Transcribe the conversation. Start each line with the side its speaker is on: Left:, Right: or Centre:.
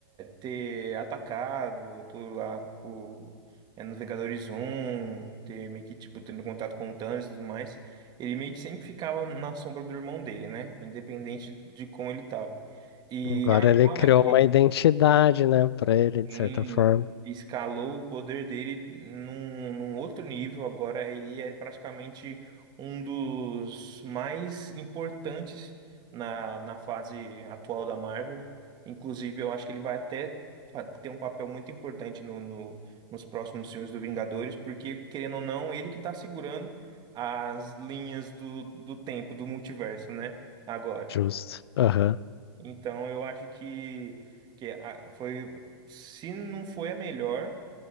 Right: ter atacado tudo lá o é, nos Vingadores um ter meio que tipo tendo contato com o Thanos e tudo mais, ele meio que sempre ficava na sombra do irmão dele, né? Independente de como ele tava. E
Left: Agora
Right: agora
Left: ele criou
Right: que
Left: uma identidade, né, pra ele, de
Right: Sim,
Left: certa forma.
Right: escalou o poder dele num, num outro nível. Agora ele é praticamente um dos mais importantes na, na fase atual da Marvel. Inclusive, eu acho que ele vai até fa- ter um papel muito importante no, no- nos próximos filmes do Vingadores, porque, querendo ou não, ele que está segurando as linhas do, do tempo, do multiverso, né? Agora.
Left: Justo. Aham,
Right: Então eu acho que, que a- foi, se não foi a melhor,